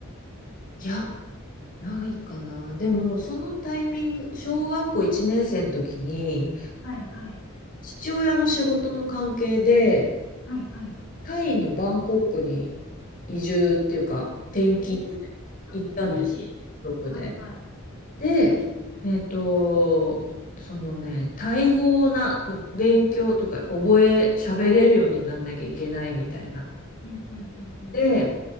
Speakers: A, on the left; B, on the left.
A: いや、ないかな。でも、そのタイミング、小学校1年生の時に、
B: はい、はい。
A: 父親の仕事の関係で、
B: はい、はい。
A: タイのバンコクに移住っていうか、転勤で行ったんです。
B: え、かっこいい。
A: 家族で。
B: はい、はい。
A: で、えっと、そのね、タイ語をなうん勉強というか、覚え、喋れるようになんなきゃいけないみたいな。
B: うん、うん、うん、うん。
A: で、